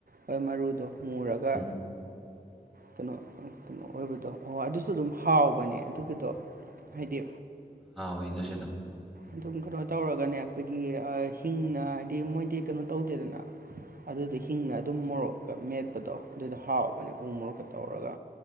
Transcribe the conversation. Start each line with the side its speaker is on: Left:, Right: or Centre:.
Right: ꯍꯣꯏ ꯃꯔꯨꯗꯣ ꯃꯨꯔꯒ
Centre: ꯎꯝ
Right: ꯀꯩꯅꯣ ꯀꯩꯅꯣ ꯑꯣꯏꯕꯗꯣ ꯍꯣꯏ ꯑꯗꯨꯁꯨ ꯑꯗꯨꯝ ꯍꯥꯎꯕꯅꯦ ꯑꯗꯨꯒꯤꯗꯣ ꯍꯥꯏꯗꯤ
Centre: ꯍꯥꯎꯋꯦ ꯑꯗꯨꯁꯨ ꯑꯗꯨ
Right: ꯑꯗꯨꯝ ꯀꯩꯅꯣ ꯇꯧꯔꯒꯅꯦ ꯑꯩꯈꯣꯏꯒꯤ ꯍꯤꯡꯅ ꯍꯥꯏꯗꯤ ꯃꯣꯏꯗꯤ ꯀꯩꯅꯣ ꯇꯧꯗꯦꯗꯅ ꯑꯗꯨꯗ ꯍꯤꯡꯅ ꯑꯗꯨꯝ ꯃꯣꯔꯣꯛꯀ ꯃꯦꯠꯄꯗꯣ ꯑꯗꯨꯗ ꯍꯥꯎꯕꯅꯦ ꯎ ꯃꯣꯔꯣꯛꯀ ꯇꯧꯔꯒ